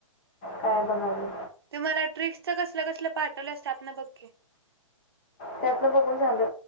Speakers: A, on the left; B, on the right.
A: काय बघावी
B: ते मला ट्रिक्सच कसलं कसल पाठवल्यास त्यातंन बघ की
A: त्यातन बघून झालं